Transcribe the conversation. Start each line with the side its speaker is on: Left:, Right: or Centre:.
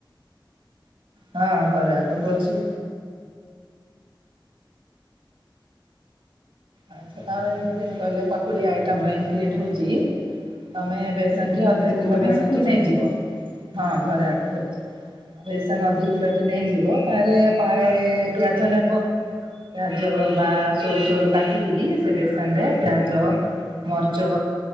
Right: ହଁ ଘରେ ଏକା କରୁଚି। ଆଚ୍ଛା ତାର ଏଇତି ପାଇଁ କହିଲ ପକୁଡି ଆଇଟମ୍ ର ଇନ୍କ୍ରିଏଣ୍ଟ ହୋଉଚି କି ତମେ ବେସନ
Left: ହୁଁ
Right: ଟି ଅଧ
Left: ସବୁ
Right: କିଲୋ
Left: ଘରେ
Right: ବେସନ
Left: ଆଗ କରୁଛନ୍ତି?
Right: ଟି ନେଇଯିବ ହଁ ଘରେ ଆଗେ କରୁଚି ବେସନ ଅଧ କିଲୋଟି ନେଇଯିବ ତାରେ ପାଏ ପିଆଜ ନବ, ପିଆଜ ବା ସୋରିଷ ରୁ କାଟିକିରି ସେ ବେସନରେ ପିଆଜ ମରିଚ